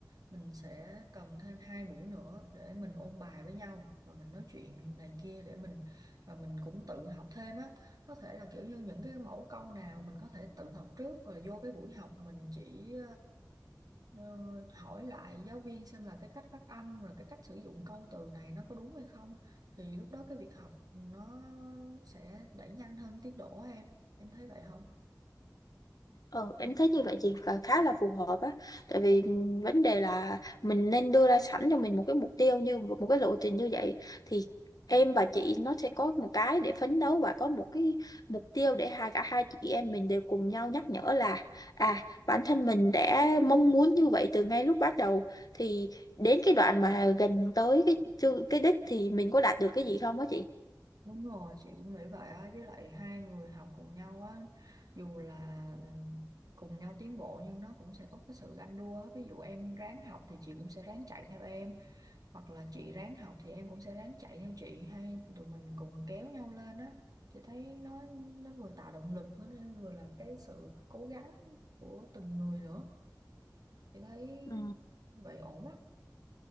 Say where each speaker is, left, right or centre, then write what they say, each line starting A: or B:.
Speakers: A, on the right; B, on the left.
A: Mình sẽ cần thêm hai buổi nữa để mình ôn bài với nhau và mình nói chuyện này kia để mình và mình cũng tự học thêm á. Có thể là kiểu như những cái mẫu câu nào mình có thể tự học trước rồi vô cái buổi học mình chỉ Ờ, hỏi lại giáo viên xem là cái cách phát âm rồi cái cách sử dụng câu từ này nó có đúng hay không thì lúc đó cái việc học nó sẽ đẩy nhanh hơn tiến độ á em em thấy vậy không
B: Ừ, em thấy như vậy chị và khá là phù hợp á tại vì vấn đề là mình nên đưa ra sẵn cho mình một cái mục tiêu như một một cái lộ trình như vậy thì em và chị nó sẽ có một cái để phấn đấu và có một cái mục tiêu để hai cả hai chị em mình đều cùng nhau nhắc nhở là à bản thân mình đã mong muốn như vậy từ ngay lúc bắt đầu thì đến cái đoạn mà gần tới cái chương- cái đích thì mình có đạt được cái gì không á chị
A: đúng rồi chị cũng nghĩ vậy á với lại hai người học cùng nhau á dù là ừ, cùng nhau tiến bộ nhưng nó cũng sẽ có cái sự ganh đua á. ví dụ em ráng học thì chị cũng sẽ ráng chạy theo em hoặc là chị ráng học thì em cũng sẽ ráng chạy theo chị hay tụi mình cùng kéo nhau lên đó chị thấy nó nó vừa tạo động lực mà nó vừa là cái sự cố gắng của từng người nữa chị thấy
B: Ừ.
A: vậy ổn á